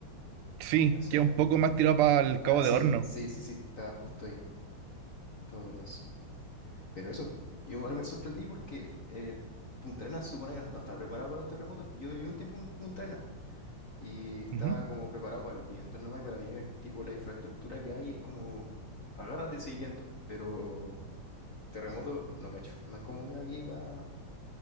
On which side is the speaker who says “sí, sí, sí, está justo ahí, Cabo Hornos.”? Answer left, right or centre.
Left